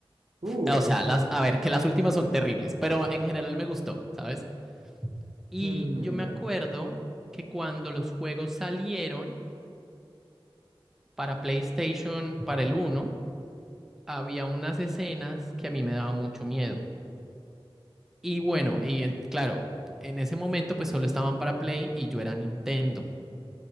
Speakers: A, on the right; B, in the centre.
A: Uh,
B: O sea, las, a ver, que las últimas son terribles, pero en general me gustó, ¿sabes? Y
A: mm,
B: yo me
A: ya.
B: acuerdo que cuando los juegos salieron para PlayStation, para el uno había unas escenas que a mí me daba mucho miedo. Y bueno, y en- claro, en ese momento pues solo estaban para Play y yo era Nintendo.